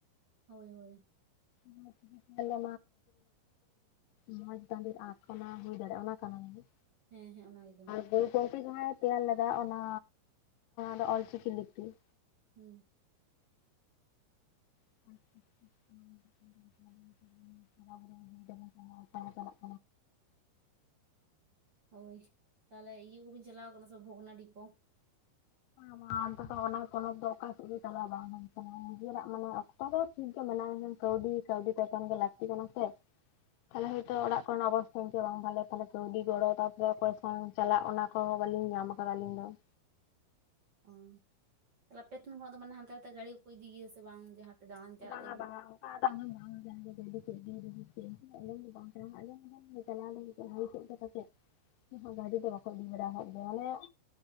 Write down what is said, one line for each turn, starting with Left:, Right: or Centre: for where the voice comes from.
Right: ᱦᱳᱭ ᱦᱳᱭ᱾
Left: <inaudible> ᱛᱤᱱᱥᱟ ᱡᱤᱡ ᱢᱚᱸᱡᱽ ᱛᱟ ᱚᱱᱟ ᱦᱩᱭ ᱫᱟᱲᱮᱭᱟᱜᱼᱟ ᱚᱱᱟ ᱾ ᱠᱟᱱᱟ ᱡᱟᱱᱤᱡ
Right: ᱦᱮᱸ ᱦᱮᱸ ᱚᱱᱟᱜᱮ ᱠᱟᱱᱟ
Left: <inaudible> ᱾ ᱜᱚᱝᱠᱮ ᱡᱟᱦᱟᱸᱭ ᱛᱮᱭᱟᱨ ᱞᱮᱫᱟ ᱚᱱᱟ ᱫᱚ ᱚᱞᱪᱤᱠᱤ ᱞᱤᱯᱤ ᱾
Right: ᱦᱩᱸ,
Left: <inaudible>
Right: ᱦᱳᱭ, ᱛᱟᱦᱚᱞᱮ ᱤᱭᱟᱹ ᱠᱚᱵᱮᱱ ᱪᱟᱞᱟᱣ ᱠᱟᱱᱟ ᱥᱮ ᱵᱷᱚᱜᱽᱱᱟᱰᱤ ᱠᱚ? <unintelligible>
Left: ᱵᱚᱱ ᱚᱱᱛᱮ ᱫᱚ ᱚᱱᱟ ᱯᱚᱱᱚᱛ ᱫᱚ ᱚᱠᱟ ᱥᱮᱫ ᱜᱮ ᱪᱟᱞᱟᱣ ᱵᱟᱝ ᱦᱩᱭ ᱟᱠᱟᱱᱟ᱾ ᱱᱤᱡᱮᱨᱟᱜ ᱢᱟᱱᱮ ᱚᱠᱛᱚ ᱫᱚ ᱴᱷᱤᱠ ᱜᱮ ᱢᱮᱱᱟᱜ-ᱟ, ᱮᱱᱠᱷᱟᱱ ᱠᱟᱹᱣᱰᱤ ᱠᱟᱹᱣᱰᱤ ᱮᱠᱟᱞ ᱜᱮ ᱞᱟᱹᱠᱛᱤ ᱠᱟᱱᱟ ᱥᱮ ᱾
Right: <inaudible>
Left: ᱛᱟᱦᱚᱞᱮ ᱦᱚᱭᱛᱳ ᱚᱲᱟᱜ ᱠᱚᱨᱮᱱᱟᱜ ᱚᱵᱚᱥ ᱪᱮᱫ ᱜᱮ ᱵᱟᱝ ᱵᱷᱟᱞᱮᱭᱟ ᱛᱟᱦᱚᱞᱮ ᱠᱟᱹᱣᱰᱤ ᱜᱚᱲᱚ ᱛᱟᱯᱚᱨᱮ ᱚᱠᱚᱭ ᱥᱟᱶᱚᱝ ᱪᱟᱞᱟᱜ ᱚᱱᱟ ᱠᱚᱦᱚᱸ ᱵᱟᱞᱤᱧ ᱧᱟᱢ ᱠᱟᱫᱟ ᱟᱹᱞᱤᱧ ᱫᱚ ᱾
Right: ᱚᱻ ᱛᱟᱦᱚᱞᱮ ᱟᱯᱮ ᱴᱷᱮᱱ ᱠᱷᱚᱱᱟᱜ ᱫᱚ ᱢᱟᱱᱮ ᱦᱟᱱᱛᱮ ᱱᱟᱛᱮ ᱜᱟᱹᱲᱤ ᱠᱚᱠᱚ ᱤᱫᱤ ᱜᱮᱭᱟ ᱥᱮ ᱵᱟᱝ? ᱡᱟᱦᱟᱸ ᱛᱮ ᱫᱟᱬᱟᱱ ᱪᱟᱞᱟᱜ
Left: ᱵᱟᱝᱼᱟ
Right: ᱞᱟᱹᱜᱤᱫ
Left: ᱵᱟᱝᱼᱟ ᱚᱝᱠᱟ ᱟᱫᱚ ᱟᱢᱮᱢ <unintelligible> ᱾ ᱪᱟᱞᱟᱣ ᱞᱟᱹᱜᱤᱫ ᱦᱩᱭ ᱠᱚᱜ ᱜᱮ ᱯᱟᱪᱮᱫ ᱜᱟᱹᱰᱤ ᱫᱚ ᱵᱟᱠᱚ ᱤᱫᱤ ᱵᱟᱲᱟ ᱟᱠᱟᱫ ᱜᱮᱭᱟ᱾ ᱢᱟᱱᱮ